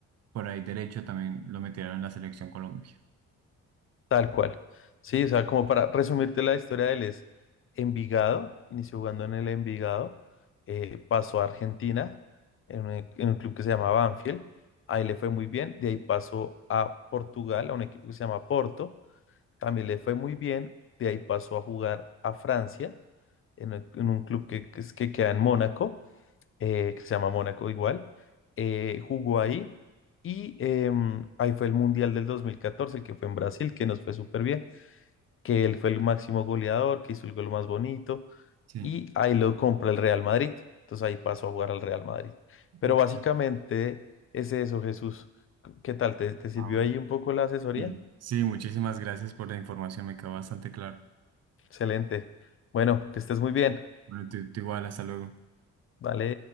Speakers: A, on the right; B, on the left.
A: por ahí derecho también lo metieron en la selección Colombia.
B: Tal cual. Sí, o sea, como para resumirte la historia de él es Envigado, inició jugando en el Envigado, eh, pasó a Argentina en un, e, en un club que se llama Banfield, ahí le fue muy bien, de ahí pasó a Portugal, a un equipo que se llama Porto, también le fue muy bien, de ahí pasó a jugar a Francia, en, un en un club que, que, es- que queda en Mónaco, eh, que se llama Mónaco igual, eh, jugó ahí y em, ahí fue el Mundial del 2014, el que fue en Brasil, que nos fue súper bien que él fue el máximo goleador, que hizo el gol más bonito,
A: Sí.
B: y ahí lo compra el Real Madrid. Entonces ahí pasó a jugar al Real Madrid.
A: Mm.
B: Pero básicamente es eso, Jesús. ¿Qué tal? ¿Te, te sirvió
A: Ah, bueno.
B: ahí un poco la asesoría?
A: Sí, Sí, muchísimas gracias por la información, me quedó bastante claro.
B: Excelente. Bueno, que estés muy bien.
A: Bueno, tú tú igual, hasta luego.
B: Dale.